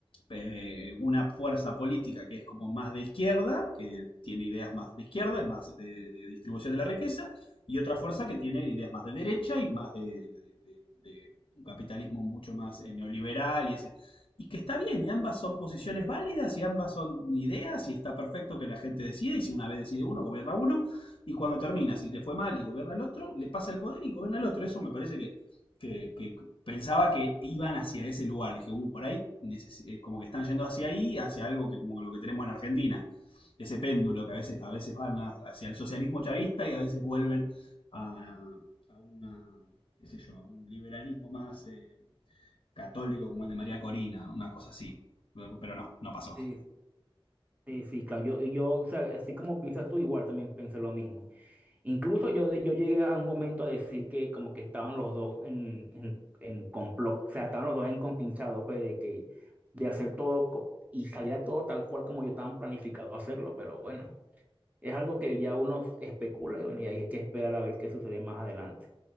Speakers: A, on the left; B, on the right.
A: pues, eh, una fuerza política que es como más de izquierda, que tiene ideas más de izquierda y más de, de distribución de la riqueza, y otra fuerza que tiene ideas más de derecha y más de, de, de de un capitalismo mucho más eh, neoliberal y ese. Y que está bien, y ambas son posiciones válidas, y ambas son ideas, y está perfecto que la gente decida, y si una vez decide uno, gobierna uno, y cuando termina, si le fue mal y gobierna el otro, le pasa el poder y gobierna el otro. Eso me parece que, que, que, pensaba que iban hacia ese lugar. Dije, uh, por ahí, eh, como que están yendo hacia ahí, hacia algo que como lo que tenemos en Argentina. Ese péndulo que a veces, a veces van hacia el socialismo chavista y a veces vuelven a, a una, qué sé yo, a un liberalismo más eh, católico como el de María Corina, una cosa así. Pero pero no, no pasó.
B: Sí, sí, sí, claro. Yo, yo, o sea, así como piensas tú, igual también pensé lo mismo. Incluso yo, yo llegué a un momento a decir que como que estaban los dos en, en, en complot, o sea, estaban los dos en compinchado, pues, de que, de hacer todo co- y salía todo tal cual como yo estaba planificado hacerlo, pero bueno, es algo que ya uno especula y bueno, y hay que esperar a ver qué sucede más adelante.